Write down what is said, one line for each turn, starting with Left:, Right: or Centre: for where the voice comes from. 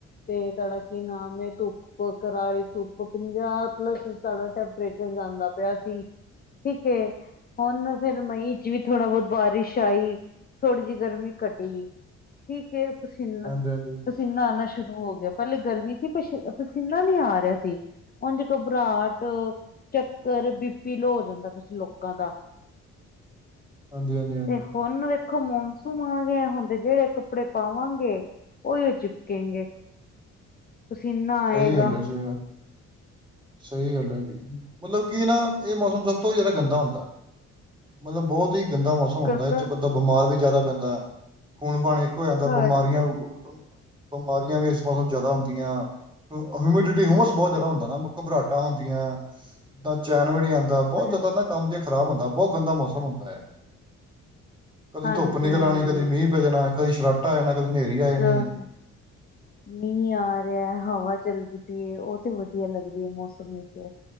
Left: ਤੇ ਤੁਹਾਡਾ ਕਿ ਨਾਮ ਏ, ਧੁੱਪ ਧੂਪ ਕਰਾਰੀ ਧੁੱਪ ਪੰਜਾਹ ਪਲੱਸ ਸਾਡਾ ਟੈਂਪਰੇਚਰ ਜਾਂਦਾ ਪਿਆ ਸੀ ਠੀਕ ਏ ਹੁਣ ਫੇਰ ਮਈ ਚ ਵੀ ਥੋੜਾ ਬਹੁਤ ਬਾਰਿਸ਼ ਆਈ, ਥੋੜ੍ਹੀ ਜਿਹੀ ਗਰਮੀ ਘੱਟੀ ਠੀਕ ਠੀਕ ਏ ਪਸੀਨਾ
Right: ਹਾਂਜੀ ਹਾਂਜੀ
Left: ਪਸੀਨਾ ਆਉਣਾ ਸ਼ੁਰੂ ਹੋ ਗਿਆ ਪਹਿਲੇ ਗਰਮੀ ਸੀ ਪ ਪਸੀਨਾ ਨਹੀਂ ਆ ਰਿਹਾ ਸੀ ਉਂਝ ਘਬਰਾਹਟ, ਚੱਕਰ, ਬੀਪੀ ਲੋ ਹੋ ਜਾਂਦਾ ਪਯਾ ਸੀ ਲੋਕਾਂ ਦਾ
Right: <inaudible> ਹਾਂਜੀ ਹਾਂਜੀ ਹਾਂਜੀ
Left: ਤੇ ਹੁਣ ਵੇਖੋ ਮੌਨਸੂਨ ਆ ਗਿਆ ਹੁਣ ਤੇ ਜਿਹੜੇ ਕੱਪੜੇ ਪਾਵਾਂਗੇ ਉਹੀ ਚਿਪਕੇਗੇ ਪਸੀਨਾ ਆਏਗਾ
Right: ਸਹੀ ਗੱਲ ਹੈ ਸਹੀ ਗੱਲ ਸਹੀ ਗੱਲ ਹੈ, ਮਤਲਬ ਕਿ ਨਾ ਇਹ ਮੌਸਮ ਸਭ ਤੋਂ ਜ਼ਿਆਦਾ ਗੰਦਾ ਹੁੰਦਾ ਮਤਲਬ ਬਹੁਤ ਹੀ ਗੰਦਾ ਮੌਸਮ ਹੁੰਦਾ
Left: ਗੰਦਾ
Right: ਇਹ ਚਹ ਬੰਦਾ ਬਿਮਾਰ ਵੀ ਜ਼ਿਆਦਾ ਪੈਂਦਾ ਹੈ ਖੂਨ ਪਾਣੀ ਇੱਕ ਹੋ ਜਾਂਦਾ
Left: ਹਰ
Right: ਬਿਮਾਰੀਆਂ
Left: ਚੀਜ਼
Right: ਬੁ ਬਿਮਾਰੀਆਂ ਵੀ ਇਸ ਮੌਸਮ ਜ਼ਿਆਦਾ ਹੁੰਦੀਆਂ ਹਿਊਮਿਡਿਟੀ ਹੂਮਸ ਬਹੁਤ ਜ਼ਿਆਦਾ
Left: ਹਾਂਜੀ
Right: ਹੁੰਦਾ ਨਾ ਘਬਰਾਹਟਾਂ ਹੁੰਦੀਆਂ ਤਾਂ ਚੈਨ ਵੀ ਨਹੀਂ ਆਉਂਦਾ ਬਹੁਤ
Left: ਹਾਂਜੀ
Right: ਜ਼ਿਆਦਾ ਨਾ ਕੰਮ ਜੇ ਖਰਾਬ ਹੁੰਦਾ ਬਹੁਤ ਗੰਦਾ ਮੌਸਮ
Left: ਹਾਂਜੀ
Right: ਹੁੰਦਾ ਹੈ ਕਦੀ
Left: ਹਾਂਜੀ
Right: ਧੁੱਪ ਨਿਕਲ
Left: ਹਾਂਜੀ
Right: ਆਉਣੀ ਕਦੀ ਮੀਂਹ ਪੈ ਜਾਣਾ ਕਦੀ ਸ਼ਰਾਟਾ ਆ ਜਾਣਾ ਕਦੀ ਹਨੇਰੀ ਆ ਜਾਣੀ
Left: ਹੋ <unintelligible>
Right: <inaudible>
Left: ਮੀਂਹ ਆ ਰਿਹਾ ਹਵਾ ਚੱਲਦੀ ਪਈ ਹੈ ਉਹ ਤੇ ਵਧੀਆ ਲੱਗਦੀ ਹੈ ਮੌਸਮ ਵਿੱਚ